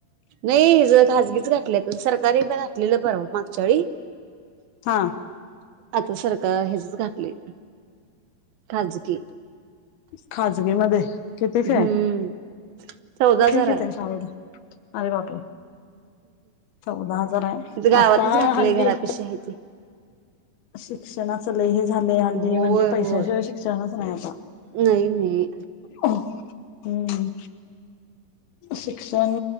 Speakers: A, on the right; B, on the left.
A: नाही, हे ज खाजगीचं घातल्यात, सरकारने प घाातलेलं परर वा मागच्यावेळी.
B: हा.
A: आता सरकार हेचच घातले खाजगी.
B: खाजगी मध्ये किती फी
A: हम्म
B: आहे?
A: चौदा हजार
B: फि कीती
A: आहे
B: हाय शाळेत? अरे बाप रे चौदा हजार आहे,
A: इथं गावातच
B: आता
A: घातलंय
B: हल्ली
A: <unintelligible>
B: शिक्षणाचं लय हे झाले हल्ली
A: होय
B: म्हणजे पैशाशिवाय
A: होय
B: शिक्षणचं नाही आता.
A: नाही नाही.
B: हम्म शिक्षण